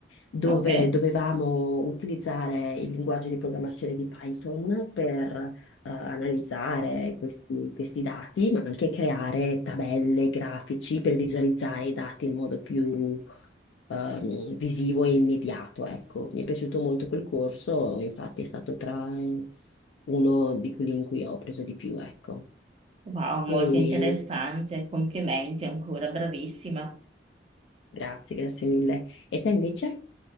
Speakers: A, on the left (about 80°); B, on the right (about 35°).
A: dove
B: Ok.
A: dovevamo utilizzare il linguaggio di programmazione di Python per eh, analizzare questi, questi dati, ma anche creare tabelle, grafici per visualizzare i dati in modo più ehm, visivo e immediato. Ecco, mi è piaciuto molto quel corso, infatti è stato tra uno di quelli in cui ho preso di più, ecco.
B: Wow, molto
A: E
B: interessante, complimenti ancora, bravissima.
A: grazie, grazie mille. E te invece?